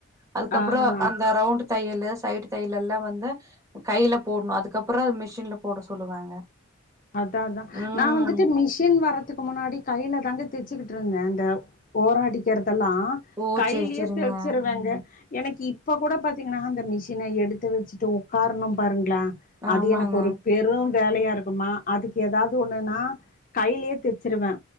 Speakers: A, on the right; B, on the left.
A: அதுக்கப்பறம்
B: ஆ
A: அந்த ரவுண்ட் தையல் சைடு தையலல்லாம் வந்து கையில போடணும் அதுக்கப்பறம் மிஷின்ல போட சொல்லுவாங்க
B: அதா அதா
A: ம்
B: நான் வந்துட்டு மிஷி சின் வறதுக்கு முன்னாடி கையில தாங்க தச்சுக்கிட்டு ட்ருந்தே அந்த ஓராடிக்கு தெல்லாம்
A: ஓ
B: கையிலயே
A: செரி செரிங்க
B: தெச்சிருவங்க எனக்கு இப்போ கூட பாத்தீங்கன்னா அந்த மிஷினை எடுத்து வச்சுட்டு உட்காரணும் பாருங்களா அது
A: ஆமாங்க
B: எனக்கு ஒரு பெரும் வேலையா இருக்குமா அதுக்கு ஏதாவது ஒண்ணுன்னா கையிலயே தெச்சிருவே